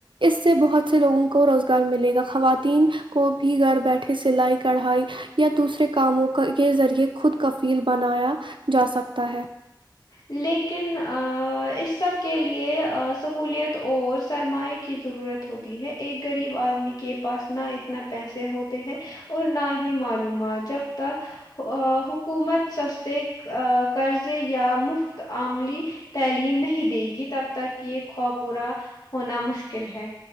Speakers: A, on the right (about 75°); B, on the left (about 50°).
A: اس سے بہت سے لوگوں کو روزگار ملے گا خواتین کو بھی گھر بیٹھے سلائی کڑھائی یا دوسرے کاموں کا کے ذریعے خود کفیل بنایا جا سکتا ہے
B: لیکن ا اس سب کے لیے سہولیت اور سرما کی ضرورت ہوتی ہے ایک غریب آدمی کے پاس نہ اتنا پیسے ہوتے ہیں اور نہ ہی معلومات جب تک آ حکومت سستے آ قرضے یا مفت عملی تعلیم نہیں دے گی تب تک یہ خوب پورا ہونا مشکل ہے